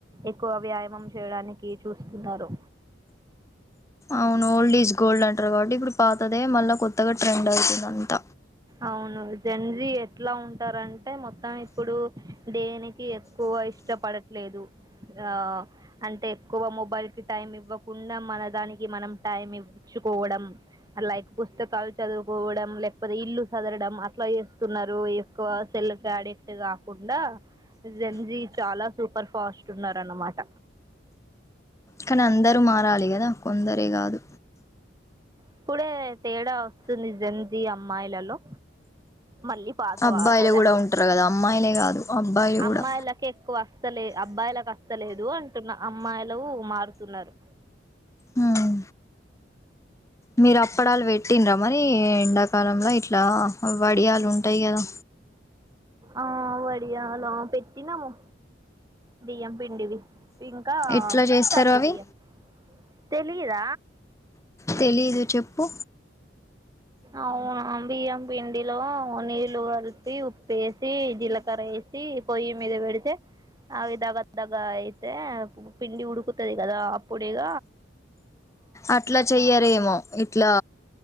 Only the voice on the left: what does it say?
అవును ఓల్డ్ ఈజ్ గోల్డ్ అంటారు కాబట్టి ఇప్పుడు పాతదే మళ్ళా కొత్తగా ట్రెండ్ అవుతుంది అంత
కానీ అందరూ మారాలి కదా కొందరే కాదు
అబ్బాయిలు
కూడా ఉంటారు కదా అమ్మాయిలే కాదు అబ్బాయిలు
కూడా
హ్మ్ మీరు అప్పడాలు పెట్టిండ్రా మరి ఎండాకాలంలో ఇట్ల వడియాలు ఉంటాయి కదా
ఎట్లా చేస్తారు
అవి
తెలీదు చెప్పు
అట్ల చెయ్యారేమో ఇట్లా